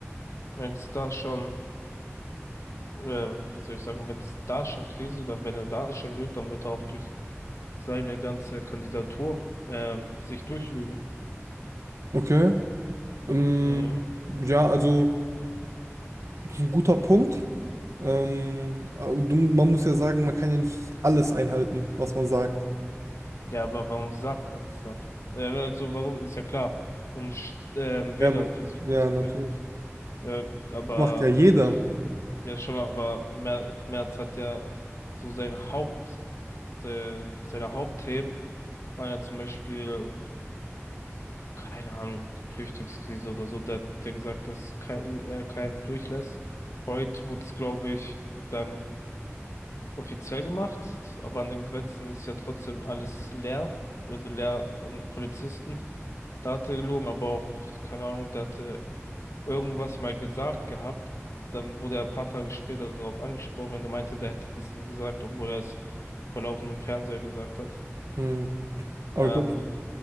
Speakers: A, on the left (about 75°); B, on the right (about 85°).
A: wenn es da schon äh, wie soll ich sagen, wenn es da schon kriselt, dann wenn er da schon lügt, dann wird er auch durch seine ganze Kandidatur ähm, sich durchlügen.
B: Okay. Ähm,
A: Mhm.
B: ja, also das ist ein guter Punkt. Ähm, aber du, man muss ja sagen, man kann ja nicht alles einhalten, was man sagt.
A: Ja, aber warum sagt man es dann? Äh, also warum ist ja klar, um Sch- ähm,
B: Werbung,
A: Wähler für sich
B: ja,
A: zu
B: natürlich.
A: gewinnen. Ja, aber
B: Macht ja jeder.
A: ich- ja schon, aber Mer Merz hat ja so sein Haupt, se seine Hauptthemen waren ja zum Beispiel keine Ahnung, Flüchtlingskrise oder so, da hat der gesagt, dass kein, er keinen durchlässt. Heute wurde es, glaube ich, dann offiziell gemacht, aber an den Grenzen ist ja trotzdem alles leer, also leer an Polizisten. Da hat er gelogen, aber auch, keine Ahnung, der hatte irgendwas mal gesagt gehabt. Dann wurde er ein paar Tage später darauf angesprochen und er meinte, der hätte das nie gesagt, obwohl er es vor laufendem Fernseher gesagt hat.
B: Hm. Aber
A: Ja,
B: glaubst
A: und,